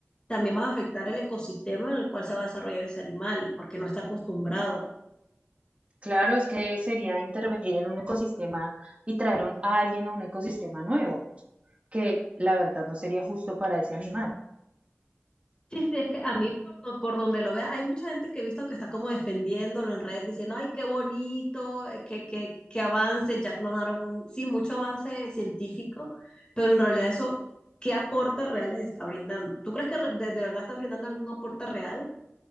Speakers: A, on the left; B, on the right.
A: también vas a afectar el ecosistema en el cual se va a desarrollar ese animal, porque no está acostumbrado.
B: Claro, es que sería intervenir en un ecosistema y traer un- a alguien a un ecosistema nuevo, que la verdad no sería justo para ese animal.
A: Sí, sí, es que a mí por, do- por donde lo vea, hay mucha gente que he visto que está como defendiéndolo en redes, diciendo, ay, qué bonito, eh, qué, qué, qué avance, ya clonaron, un- sí, mucho avance científico, pero en realidad eso, ¿qué aporte reales está brindando? ¿Tú crees que re- de, de verdad está brindando algún aporte real?